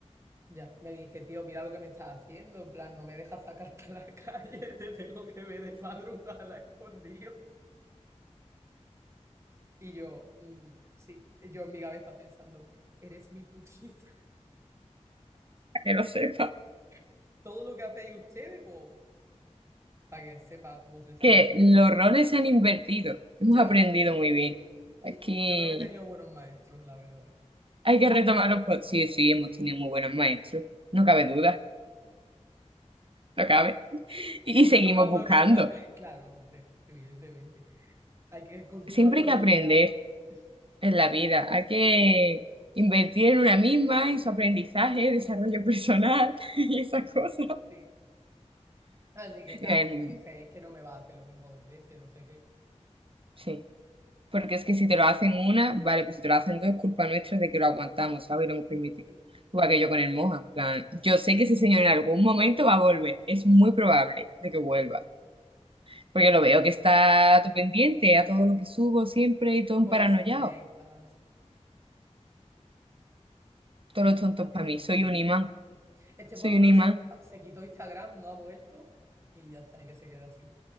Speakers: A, on the right; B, on the right.
A: ya. Me dice, tío, mira lo que me estás haciendo. En plan, no me dejas sacarte a la <laughs> calle, te tengo que ver de madrugada escondido. Y yo, mm, sí, yo en mi cabeza pensando, eres mi putita.
B: para que lo sepa.
A: <laughs> Todo lo que hacéis ustedes, pues, para que sepas cómo se siente.
B: Que los roles se han invertido. Hemos
A: Ya,
B: aprendido muy bien.
A: mm,
B: Aquí
A: yo creo que he tenido buenos maestros, la verdad.
B: hay que retomar los... po- Sí, sí, hemos tenido muy buenos maestros. No cabe duda, no cabe.
A: <laughs>
B: Y
A: Siempre
B: seguimos
A: tomando
B: buscando.
A: nota. Claro, hombre, evidentemente. Hay que continuar
B: Siempre
A: con
B: hay que
A: el
B: aprender.
A: legado.
B: en
A: <laughs>
B: la vida. Hay que invertir en una misma, en su aprendizaje, desarrollo personal <laughs> y esas cosas.
A: Sí. Así que nada,
B: En-
A: le dije, es que no me va a hacer lo mismo dos veces, no sé qué.
B: sí, porque es que si te lo hacen una, vale, pues si te lo hacen dos, es culpa nuestra de que lo aguantamos, ¿sabes? Y lo hemos permitido.
A: Sí.
B: Igual que yo con el Moja, en plan, yo sé que ese señor en algún momento va a volver, es muy probable de que vuelva,
A: Mm.
B: porque lo veo que está todo pendiente a todo lo que subo siempre y todo un
A: Con
B: paranoiao,
A: las indirectas.
B: todos los
A: Qué
B: tontos
A: patético,
B: para mí, soy
A: ¿eh?
B: un imán,
A: Este
B: soy
A: por lo
B: un
A: menos
B: imán.
A: se, ha quitado- se quitó Instagram, no ha vuelto. Y ya está, y que se quede así.